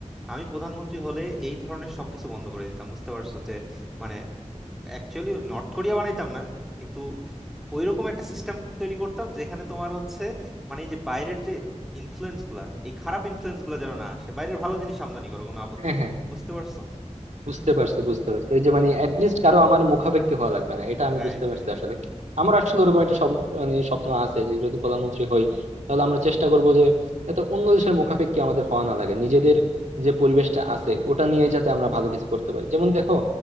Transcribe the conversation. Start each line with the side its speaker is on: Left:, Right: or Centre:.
Centre: আমি প্রধানমন্ত্রী হলে এই ধরনের সবকিছু বন্ধ করে দিতাম বুঝতে পারছো যে মানে অ্যাকচুয়ালি নর্থ কোরিয়া বানাইতাম না কিন্তু ওইরকম একটা সিস্টেম তৈরি করতাম যেখানে তোমার হচ্ছে মানে এই যে বাইরের যে ইনফ্লুয়েন্স গুলা এই খারাপ ইনফ্লুয়েন্স গুলা যেন না আসে বাইরের ভালো জিনিস আমদানি করো কোনো আপত্তি
Right: হ্যাঁ
Centre: নেই
Right: হ্যাঁ
Centre: বুঝতে পারছো
Right: বুঝতে পারছি বুঝতে পারছি ওই যে মানে অ্যাটলিস্ট কারো আমার মুখাপেক্ষী হওয়া লাগবে না এটা আমি
Centre: Right
Right: বুঝতে পারছি
Centre: right
Right: আসলে আমার আসলে ওরকম একটা সব- মানে স্বপ্ন আছে যে যদি প্রধানমন্ত্রী হই তাহলে আমরা চেষ্টা করব যে এত অন্য দেশের মুখাপেক্ষী আমাদের হওয়া না লাগে নিজেদের যে পরিবেশটা আছে ওটা নিয়ে যাতে আমরা ভালো কিছু করতে পারি যেমন দেখো